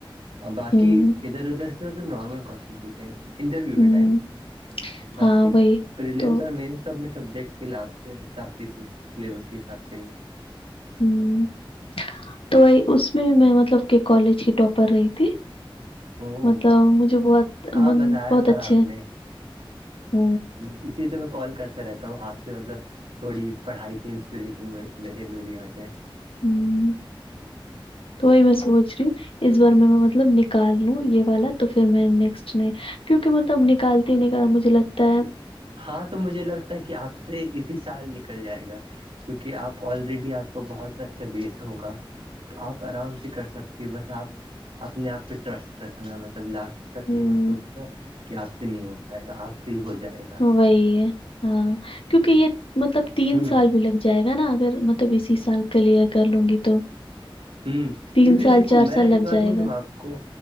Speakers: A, on the right (about 75°); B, on the left (about 80°).
A: اور باقی
B: ہوں
A: ادھر ادھر مطلب نارمل کوشن کوچ انٹرویو
B: ہوں
A: پ ٹائم باقی
B: ہاں وہی
A: پرلیمس
B: تو
A: اور مس تو اپنے سبجیکٹ کے حساب سے ہی پوچھ سلیبس کے حساب سے ہی
B: ہ تو اس میں میں مطلب کہ کالج کی ٹاپر رہی تھی
A: او
B: مطلب مجھے بہت
A: ہاں
B: من
A: بتایا
B: بہت
A: تھا
B: اچھے
A: آپ
B: ہیں
A: نے
B: ہ
A: اسی لیے تو میں کال کرتا رہتا ہوں آپ سے مطلب تھوڑی پڑھائی کی انسپریشن میرے میں بھی آ جائے
B: ہوں تو میں سوچ رہیوں اس بار میں مطلب نکال لوں یہ والا تو پھر میں نیکسٹ نے کیونکہ مطلب نکالتی ہی نکال مجھے لگتا ہے
A: ہاں تو مجھے لگتا ہے کہ آپ سے اسی سال نک نکل جائے گا کیونکہ آپ آلریڈی آپ کو بہت اچھا بیس ہوگا تو آپ آرام سے کر سکتی ہو بس آپ اپنے آپ پہ ٹرسٹ رکھنا مطلب لاسٹ تک
B: ہوں
A: یہ مت سوچنا کہ آپ سے نہیں ہو پائے گا آپ سے ہی ہو جائے گا
B: وہی ہے ہاں کیونکہ یہ مطلب تین
A: ہوں
B: سال بھی لگ جائے گا نا اگر مطلب اسی سال کلیئر کر لوں گی تو
A: ہوں
B: تین
A: کیونکہ
B: سال
A: دیکھو
B: چار
A: میں
B: سال
A: ایک
B: لگ
A: بات
B: جائے
A: بولوں
B: گا
A: آپ کو